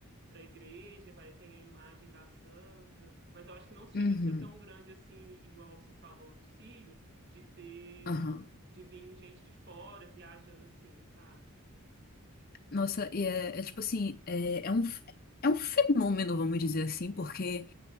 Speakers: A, on the right; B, on the left.
A: para a igreja, vai ter a imagem da santa, mas eu acho que não chega
B: Uhum,
A: a ser tão grande assim, igual você falou do Círio de ter,
B: aham.
A: de vir gente de fora viajando assim, sabe?
B: Nossa, e é, é tipo assim, é, é um, f- é um fenômeno, vamos dizer assim, porque